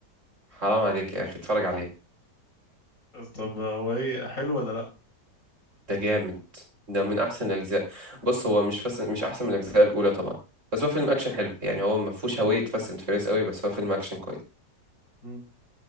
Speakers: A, on the right; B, on the left.
A: حرام عليك يا اخي اتفرج عليه
B: طب هو ايه حلو ولا لا
A: ده جامد ده من احسن الاجزاء بص هو مش فاست مش احسن من الاجزاء الاولى طبعا بس هو فيلم اكشن حلو يعني هو ما فيهوش هويه فاست اند فيريس قوي بس هو فيلم اكشن كويس
B: مم.